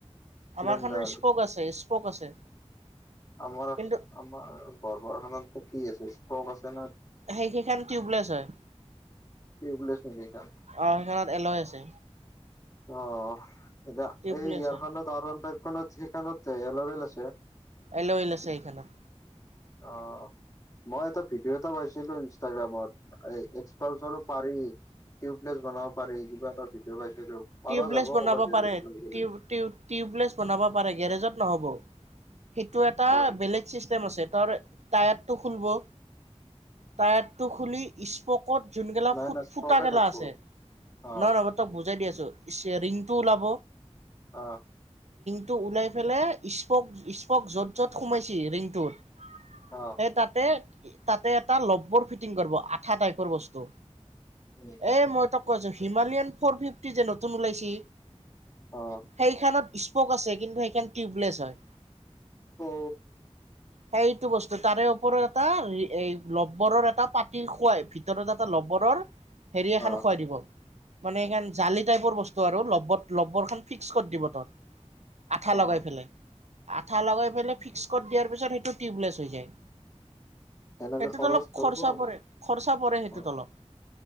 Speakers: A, on the left (about 30°); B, on the right (about 80°).
A: স্প্লেণ্ডাৰ
B: আমাৰ খানৰ স্পক আছে, স্পক আছে।
A: আমাৰ
B: কিন্তু
A: আমাৰ বৰবাৰখানাত কি আছে? স্পক আছে না
B: সেইকেইখন টিউবলেছ হয়।
A: টিউবেছ নে গেই কাম
B: অ সেইখনত এলয় আছে
A: অ' এ
B: টিউবলেছ
A: এইযাখনত
B: হয়
A: আৰ ওৱান ফাব সিখনত সেইখনত এলৰেল আছে।
B: এল ইলছেই খনত
A: অ' মই এটা ভিডিঅ' এটা পাইছিলো। ইনষ্টাগ্ৰামত এক্সপালচাৰো পাৰি। টিউবলেছ বনাব পাৰি। কিবা এটা ভিডিঅ' পাইছিলো পাৰা
B: টিউবলেছ
A: যাব
B: বনাব
A: ক'ৰবাত গেৰেজত
B: পাৰে।
A: লৈ গেলে
B: টিউ টিও টিউবলেছ বনাব পাৰে গেৰেজত। হ'ব। সেইটো এটা
A: অ
B: বেলেগ চিষ্টেম আছে। তাৰ টাত টো খুলব <inaudible> টায়াৰটো খুলি স্প'ক 'ত যোন গেলা
A: নাই
B: ফুট
A: নাই স্পকে
B: ফুটা গেলা
A: থাকিব
B: আছে
A: অ
B: নহয় নহয় তক বুজাই দি আছোঁ‌। ৰিংটো ওলাব।
A: আহ
B: টো ওলাই পেলে স্পক স্পক য'ত য'ত সোমাইছে ৰিংটোত
A: অ
B: সেই তাতে তাতে এটা লব্বৰ ফিটিং কৰিব আঠা টাইপৰ বস্তু
A: উম
B: এ মই তো কজ হিমালয়ান ফ'ৰ ফিফটি যে নতুন ওলাইছে।
A: অ
B: সেইখনত আছে কিন্তু সেইখন টউবলেছ হয়।
A: অ
B: সেই টো বস্তু তাৰে ওপৰত এটা এই লবৰৰ এটা পতিৰ খোৱাই ভিতৰত এটা লবৰৰ। হেৰি এখন
A: অ
B: খুৱাই দিব। মানে স জালি টাইপৰ বস্তু আৰু ল্ব লব্বৰ ফিক্স কৰি দিব তাত আঠা
A: অ
B: লগাই পেলায়। আঠা লগাই পেলাই ফিক্স কৰি দিয়াৰ পিছত সেইটো টিউবলেছ হৈ যায়।
A: সেনেকে
B: এইটোত
A: খৰচ
B: অলপ
A: কৰব
B: খৰচা পৰে খৰচা পৰে। সেইটোত
A: অ
B: অলপ